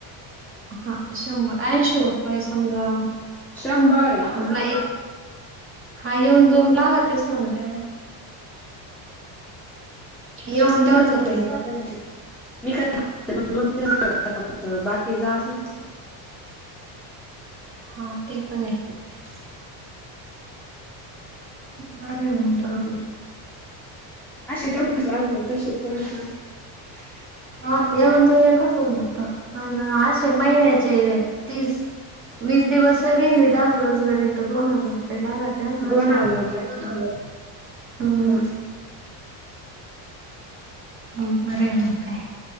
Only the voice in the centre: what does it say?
शंभर आहे आता
मंग रिप्लाय
आला आहे. <unintelligible> बाकी जास असंण
अशे तेवढंच <inaudible> तशेच तेवढंच <inaudible>
दोन
लागत
मग